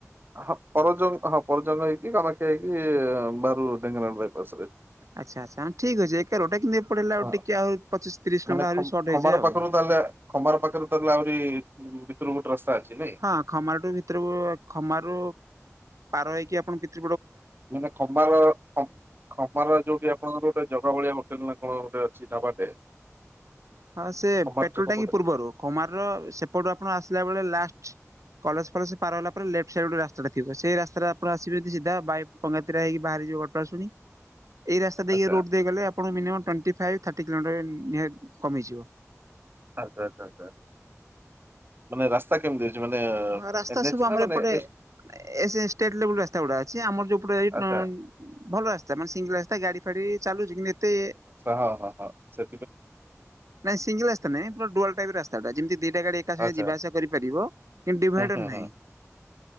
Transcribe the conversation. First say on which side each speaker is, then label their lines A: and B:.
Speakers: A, on the right (about 40°); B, on the right (about 75°).
A: ହଁ ପରଜଙ୍ଗ ହଁ ପରଜଙ୍ଗ ହେଇ କାମାକ୍ଷା ହେଇକି ବାହାରୁ ଢେଙ୍କାନାଳ ବାଇପାସରେ
B: ଆଚ୍ଛା ଆଚ୍ଛା ‌ହଁ ଠିକ୍ ଅଛି ଏକା ରୋଡଟା କିନ୍ତୁ ଏପଟେ ହେଲେ ଆଉ
A: ହଁ
B: ଟିକେ ଆଉ ପଚିଶତିରିଶ
A: ମାନେ
B: କିଲୋମିଟର
A: ଖ
B: ସର୍ଟ
A: ଖମାର
B: ହେଇଯାଏ ଆଉ
A: ପାଖରୁ ତାହେଲେ ଖମାର ପାଖରୁ ତାହାଲେ ଆହୁରି ଭିତରକୁ ଗୋଟେ ରାସ୍ତା ଅଛି। ନାଇଁ
B: ହଁ ଖମାର ଟୁ ଭିତରକୁ ଖମାରୁୁ ପାର ହେଇକି ଆପଣ ଭିତ
A: ମାନେ ଖମାର ଖ-ଖମାର ଯୋଉଠି ଆପଣଙ୍କର ଗୋଟେ ଜଗା ବଳିଆ ହୋଟେଲ ନା କଣ ଗୋଟେ ଅ ଛି ଢାବାଟେ
B: ହଁ ସେ
A: ଖମାର
B: ପେଟ୍ରୋଲ
A: ଛକ
B: ଟାଙ୍କି
A: ପଟେ।
B: ପୂର୍ବରୁ ଖମାର ସେପଟୁ ଆପଣ ଆସିଲା ବେଳେ ଲାଷ୍ଟ <inaudible> କଲେଜ ଫଲେଜ ପାର ହେଲା ପରେ ଲେଫ୍ଟ ସାଇଡ୍ ରେ ଗୋଟେ ରାସ୍ତାଟେ ଥିବ ସେଇ ରାସ୍ତାରେ ଆପଣ ଆସିବେ ଯିଦି ବାଇ ପଙ୍ଗାତିରା ହେଇକି ବାହାରିଯିବ। ପଟାଶୁଣି ଏଇ ରାସ୍ତା ଦେଇକି
A: ଆଚ୍ଛା
B: ରୋଡ ଦେଇ ଗଲେ ଆପଣଙ୍କୁ ମିନିଅମ ଟୋଣ୍ଟି ପାଇବି ଥାର୍ଟି କିଲୋମିଟର ନିହା କମିଯିବ।
A: ଆଚ୍ଛା ଆଚ୍ଛା ଆଚ୍ଛା ମାନେ ରାସ୍ତା କେମିତି ଅଛି ମାନେ
B: ହଁ ରାସ୍ତା
A: ଏନ୍
B: ସବୁ
A: ଏଚ୍
B: ଆମର
A: ନା ମାନେ
B: ଏପଟେ
A: ଏସ୍
B: ଏ ସେ ଷ୍ଟେଟ ଲେବଲ ରାସ୍ତା ଉଡା ଅଛି ଆମର ଯୋଉ <unintelligible>
A: ଆଚ୍ଛା।
B: ଭଲ ରାସ୍ତା ମାନେ ସିଙ୍ଗଲ ରାସ୍ତା ଗାଡି ଫାଡି ଚାଲୁଚି କିନ୍ତୁ ଏତେ
A: ହ ହ ହ ସେ
B: ନାଇଁ ସିଙ୍ଗଲ ରାସ୍ତା ନାଇଁ ଡୁଆଲ ଟାଇପି ରାସ୍ତା ଟା ଯେମିତି ଦି ଏକା ସାଙ୍ଗେ
A: ଆଚ୍ଛା
B: ଯିବା ଆସିବା କରିପାରିବ କିନ୍ତୁ ଡିଭାଇଡର
A: ହୁଁ ହୁଁ
B: ନାହିଁ।
A: ହୁଁ।